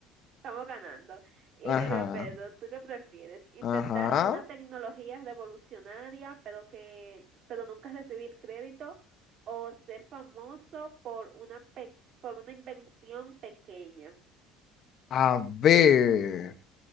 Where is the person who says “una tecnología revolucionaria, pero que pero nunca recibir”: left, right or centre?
Right